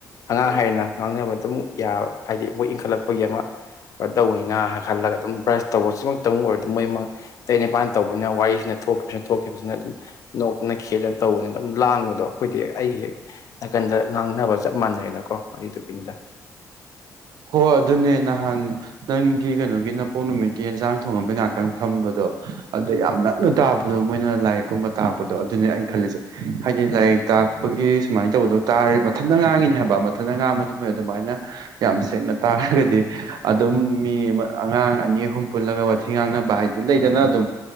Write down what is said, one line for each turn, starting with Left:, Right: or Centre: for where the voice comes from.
Left: ꯑꯉꯥꯡ ꯍꯥꯏꯔꯤꯅ ꯉꯥꯡꯅꯕ ꯑꯗꯨꯝ ꯍꯥꯏꯗꯤ ꯃꯣꯏ ꯏꯟꯈꯠꯂꯛꯄꯒꯤ ꯑꯃ ꯀꯩꯅꯣ ꯇꯧꯕꯅꯤꯅ ꯍꯥꯏ ꯈꯜꯂꯒ ꯑꯗꯨꯝ ꯕ꯭ꯔꯁ ꯇꯧꯕꯁꯤꯃꯛꯇꯪ ꯑꯣꯏꯔꯗꯤ ꯃꯣꯏ ꯇ ꯅꯤꯄꯥꯟ ꯇꯧꯕꯅꯤꯅ ꯋꯥꯔꯤꯁꯤꯅ ꯊꯣꯛꯈꯤꯕꯁꯤꯅ ꯊꯣꯛꯈꯤꯕꯁꯤꯅ ꯑꯗꯨꯝ ꯅꯣꯛꯇꯅ ꯈꯦꯗꯅ ꯇꯧꯕꯅꯤꯅ ꯑꯗꯨꯝ ꯂꯥꯡꯕꯗꯣ ꯑꯩꯈꯣꯏꯗꯤ ꯍꯦꯛ ꯑꯩꯒꯤ ꯍꯦꯛ ꯅꯥꯀꯟꯗ ꯉꯥꯡꯅꯕ ꯆꯞ ꯃꯥꯟꯅꯔꯦꯅꯀꯣ ꯑꯗꯨꯗꯨꯒꯤꯅꯤꯗ
Right: ꯍꯣ ꯑꯗꯨꯅꯦ ꯅꯍꯥꯟ ꯅꯪꯒꯤ ꯀꯩꯅꯣꯒꯤ ꯅꯄꯣꯛ ꯅꯨꯃꯤꯠꯀꯤ ꯌꯦꯟꯁꯥꯡ ꯊꯣꯡꯉꯝꯕꯩ ꯉꯍꯥꯛꯇꯪ ꯐꯝꯕꯗꯣ ꯑꯗꯨꯗ ꯌꯥꯝ ꯅꯛꯅ ꯇꯥꯕꯗꯣ ꯃꯣꯏꯅ ꯂꯥꯏꯔꯤꯛꯀꯨꯝꯕ ꯇꯥꯛꯄꯗꯣ ꯑꯗꯨꯅꯦ ꯑꯩꯅ ꯈꯜꯂꯤꯁꯦ ꯍꯥꯏꯗꯤ ꯂꯥꯏꯔꯤꯛ ꯇꯥꯛꯄꯒꯤ ꯁꯨꯃꯥꯏꯅ ꯇꯧꯕꯗꯣ ꯇꯥꯔꯦ ꯃꯊꯟꯇ ꯉꯥꯡꯉꯤꯅꯦ ꯍꯥꯏꯕ ꯃꯊꯟꯇ ꯉꯥꯡꯕꯗ ꯃꯣꯏ ꯑꯗꯨꯃꯥꯏꯅ ꯌꯥꯝ ꯁꯦꯡꯅ ꯇꯥꯔꯒꯗꯤ ꯑꯗꯨꯝ ꯃꯤ ꯑꯉꯥꯡ ꯑꯅꯤ ꯑꯍꯨꯝ ꯄꯨꯜꯂꯒ ꯋꯥꯊꯤ ꯉꯥꯡꯅꯕ ꯍꯥꯏꯗꯤ ꯂꯩꯗꯅ ꯑꯗꯨꯝ